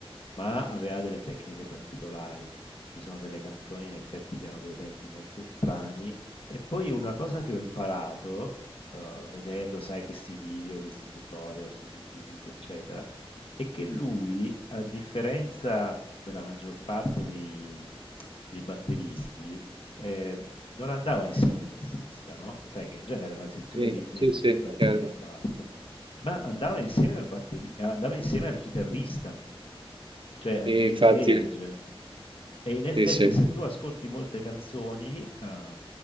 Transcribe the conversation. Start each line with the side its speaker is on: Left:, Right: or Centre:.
Left: ma aveva delle tecniche particolari. Ci sono delle canzoni in effetti che hanno dei tempi molto strani. E poi una cosa che ho imparato, eh, vedendo, sai, questi video, questi tutorial su YouTube, eccetera, è che lui, a differenza della maggior parte dei, dei batteristi, eh, non andava insieme al bassista, no? Sai che in genere la sezione
Right: Sì,
Left: ritmi
Right: sì,
Left: è,
Right: sì,
Left: è batteria
Right: chiaro.
Left: e basso, ma andava insieme al, batteri- eh, andava insieme al chitarrista, cioè a
Right: Sì,
Left: Jimmy
Right: infatti,
Left: Page. E in effetti,
Right: sì, sì.
Left: se tu ascolti molte canzoni eh,